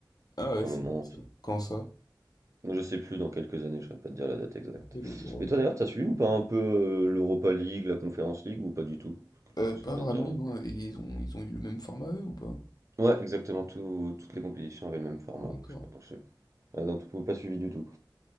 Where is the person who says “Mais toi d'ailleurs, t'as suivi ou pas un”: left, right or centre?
Right